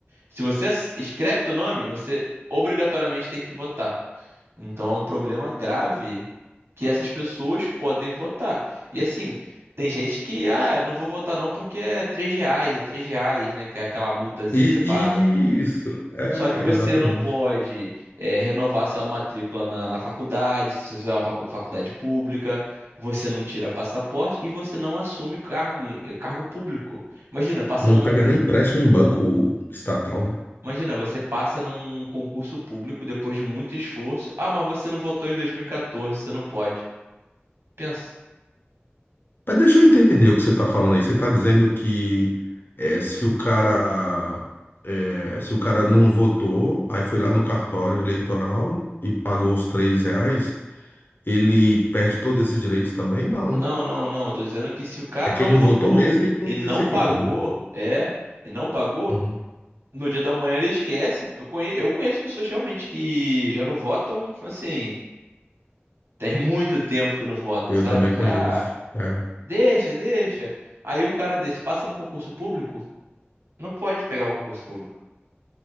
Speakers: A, on the right; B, on the left.
A: Se você ass- escreve teu nome, você obrigatoriamente tem que votar. Então é um problema grave que essas pessoas podem votar. E assim, tem gente que, ah, eu não vou votar não porque é 3 reais, é 3 reais, né? Que é aquela multazinha
B: E
A: que você paga.
B: e isso, é,
A: Só que você
B: exatamente.
A: não pode é, renovar sua matrícula na, na faculdade, se você fizer uma facu- faculdade pública, você não tira passaporte e você não assume cargo, em- eh, cargo público. Imagina, passa
B: Não
A: num,
B: pega nem empréstimo em banco estatal, né?
A: imagina, você passa num concurso público depois de muito esforço. Ah, mas você não votou em 2014, você não pode. Pensa.
B: Mas deixa eu entender o que você está falando aí. Você está dizendo que eh, se o cara eh, se o cara não votou, aí foi lá no cartório eleitoral e pagou os três reais, ele perde todos esses direitos também? Não,
A: Não,
B: né?
A: não, não. Eu tô dizendo que se o cara
B: É quem
A: não
B: não
A: votou
B: votou mesmo e não
A: e não
B: justificou,
A: pagou,
B: né?
A: é, e não pagou,
B: Hum,
A: no dia da manhã ele esquece, porque eu conhe- eu conheço pessoas realmente que já não votam, assim, tem muito tempo que não vota,
B: eu
A: sabe?
B: também
A: Que,
B: conheço.
A: ah,
B: É,
A: deixa, deixa. Aí um cara desse passa num concurso público, não pode pegar o concurso público.